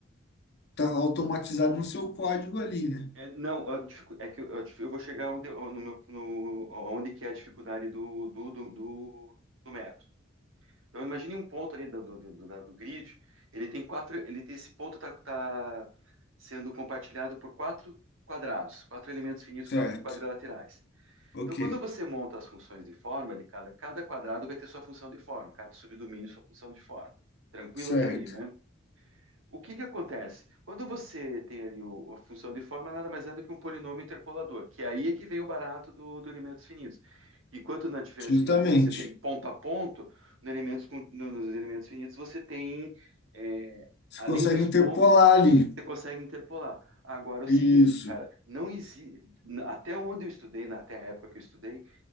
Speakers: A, on the left; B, on the right.
A: tá automatizado no seu código ali, né?
B: É, não, a dificu- é que eu, a dif- eu vou chegar onde, no meu, no, onde que é a dificuldade do, do, do, do, do método. Então imagine um ponto ali do, do, do, da- do grid, ele tem quatro, ele tem esse ponto está tá tá sendo compartilhado por quatro quadrados, quatro elementos finitos
A: Certo.
B: quadra- quadrilaterais.
A: Ok.
B: Então quando você monta as funções de forma de cada, cada quadrado vai ter sua função de forma, cada subdomínio sua função de forma. Tranquilo
A: Certo.
B: até aí, né? O que que acontece? Quando você tem ali o- a função de forma, nada mais é do que um polinômio interpolador, que aí é que vem o barato do, do elementos finitos. Enquanto na diferença
A: Justamente.
B: finita você tem ponto a ponto, no elementos com- no- nos elementos finitos você tem, é,
A: Você
B: além
A: consegue
B: dos
A: interpolar
B: pontos,
A: ali.
B: você consegue interpolar. Agora é o
A: Isso.
B: seguinte, cara, não existe, até onde eu estudei, na- até a época que eu estudei,